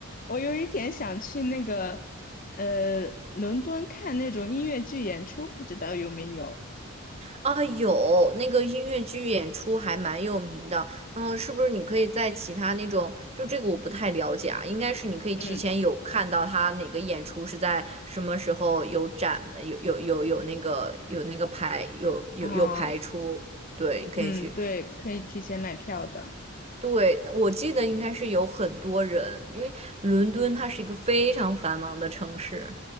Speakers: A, on the left (about 40°); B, on the right (about 30°).
A: 我有一点想去那个呃伦敦看那种音乐剧演出，不知道有没有？
B: 啊，有那个音乐剧演出还蛮有名的，然后是不是你可以在其他那种，就这个我不太了解啊，应该是你可以提前有看到他哪个演出是在什么时候有展，
A: 嗯
B: 有有有有那个有那个排有有有排出，
A: 啊，
B: 对，你可以去。
A: 嗯，对，可以提前买票的。
B: 对，我记得应该是有很多人，因为伦敦它是一个非常繁忙的城市。